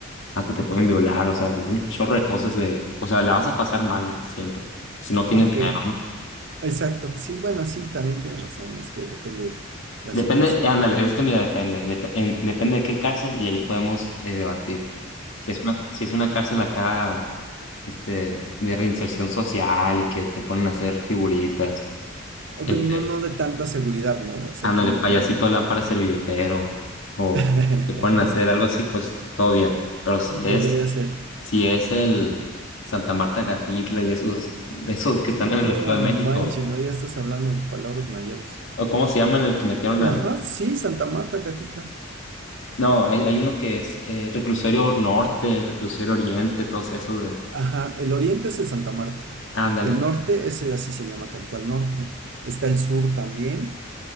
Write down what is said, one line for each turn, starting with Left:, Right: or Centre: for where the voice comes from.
Left: hasta te
Right: ok,
Left: pueden violar, o sea, un chorro de cosas de, o sea, la vas a pasar mal siempre, si no tienes
Right: ok.
Left: dinero, ¿no?
Right: Exacto, sí, bueno, sí, también tienes razón, es que depende la
Left: Depende,
Right: situación,
Left: ándale, es que mira, depende, dep- en- depende de qué cárcel y ahí podemos eh, debatir. Si es una, si es una cárcel acá, este, de reinserción social y que te ponen a hacer figuritas,
Right: aunque
Left: este,
Right: no, no de tanta seguridad, ¿no? O sea,
Left: ándale,
Right: como
Left: payasito,
Right: que
Left: lámpara, servilletero, o
Right: <laughs>
Left: te ponen a hacer algo así, pues todo bien. Pero si
Right: podría
Left: es,
Right: ser,
Left: si es el Santa Marta Catitla y esos, esos que están
Right: no
Left: en el Estado de
Right: manches,
Left: México,
Right: ¿no? Ya estás hablando de palabras mayores.
Left: o cómo se llaman el que metieron al,
Right: Ajá, sí, Santa Marta, Catitla.
Left: No, hay, hay uno que es eh, Reclusorio Norte, Reclusorio Oriente, todo eso de...
Right: Ajá, el oriente es el Santa Marta,
Left: Ándale.
Right: el norte, ese así se llama tal cual norte, está el sur también,